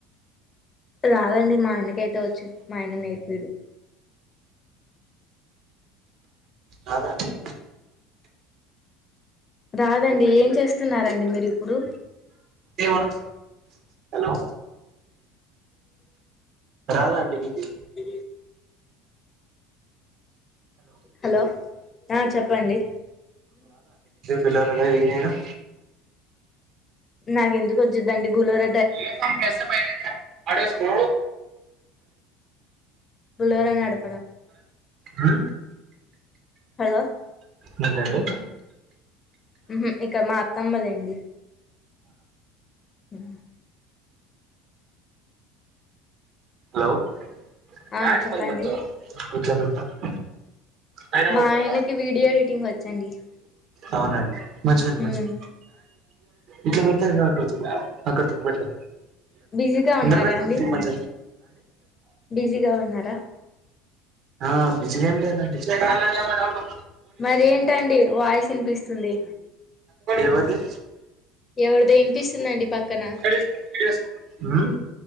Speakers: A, on the left (about 30°); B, on the right (about 55°).
A: రాదండి మా ఆయనకైతే వచ్చు మా ఆయన నేర్పియడు
B: రాద అండి
A: రాదండి ఏం చేస్తున్నరండి మీరు ఇప్పుడు
B: ఏమనకు హలో రాధా అండి బికిది
A: ఏ హలో ఆ చెప్పండి
B: బులోరా డ్రైవింగ్ చేయడం
A: నాకెందుకు వచ్చుదండి బూలోర
B: ఇ బస్త ప అడసు
A: బులోరా నడు
B: ఉ
A: హలో
B: ఏంటండీ
A: ఉహు ఇక్కడ మాత్తమ్మలెండి ఉ
B: హలో
A: ఆ చెప్పండి
B: ఆయన
A: మా
B: పోతావా?
A: ఆయనకి వీడియో ఎడిటింగ్ వచ్చండి
B: అవునండి మంచిదండి
A: ఉమ్
B: మంచిది ఇట్లా పెడతాడుతు ఆకడతుకు పెడతా
A: బిజీగా ఉన్నారా
B: ందందర వర త
A: అండి
B: మజ
A: బిజీగా ఉన్నారా
B: ఆ బిజిగ ఏం లేనండి చెప్పండి
A: మరి ఏంటండి వాయిస్ వినిపిస్తుంది
B: ఎవరిది
A: ఎవరిదో వినిపిస్తుందండి పక్కన
B: ఇక్కడ తీసుకో, ఇక్కడ తీసుకో. ఉమ్,